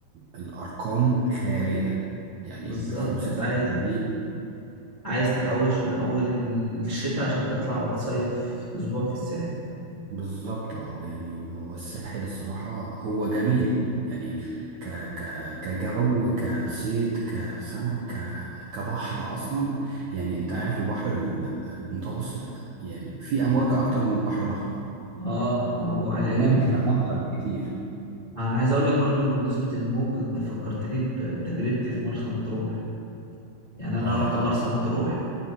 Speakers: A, on the right; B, on the left.
A: الارقام خيالية يعني
B: بالظبط
A: بفلوس
B: انت
A: الساحل
B: عايز
A: دي
B: عايز تحوش من اول الشتاء عشان تطلع تصيف اسبوع في الساحل
A: بالظبط اه يعني هو الساحل الصراحة هو جميل يعني ك ك كجو كصيد كسمك ك كبحر اصلا يعني انت عارف البحر ال- المتوسط يعني في امواج اكتر من البحر الاحمر
B: اه الموضوع عالية
A: وممتع
B: جدا
A: اكتر بكتير
B: انا عايز اقول لك برضو بمناسبة الموج انت فكرتني بتجربتي في مرسى مطروح يعني
A: اه
B: انا رحت مرسى مطروح